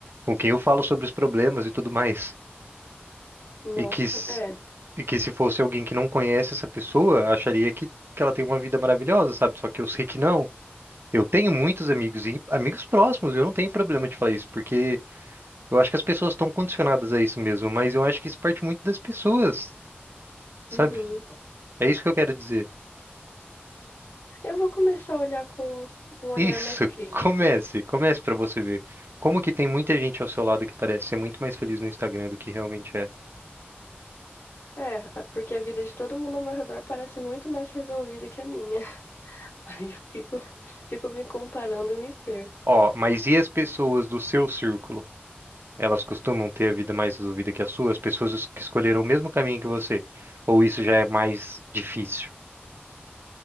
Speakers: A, on the right (about 70°); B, on the left (about 80°).
A: com quem eu falo sobre os problemas e tudo mais.
B: Nossa,
A: E que, s-
B: é.
A: e que se fosse alguém que não conhece essa pessoa, acharia que, que ela tem uma vida maravilhosa, sabe? Só que eu sei que não. Eu tenho muitos amigos e amigos próximos, eu não tenho problema de falar isso, porque eu acho que as pessoas estão condicionadas a isso mesmo, mas eu acho que isso parte muito das pessoas, sabe?
B: Uhum.
A: É isso que eu quero dizer.
B: Eu vou começar a olhar com um olhar
A: Isso,
B: mais crítico.
A: <laughs> comece, comece pra você ver. Como que tem muita gente ao seu lado que parece ser muito mais feliz no Instagram do que realmente é.
B: É, é, porque a vida de todo mundo ao meu redor parece muito mais resolvida que a minha. <laughs> Aí eu fico, fico me comparando e me perco.
A: Ó, mas e as pessoas do seu círculo? Elas costumam ter a vida mais resolvida que a sua? As pessoas que escolheram o mesmo caminho que você? Ou isso já é mais difícil?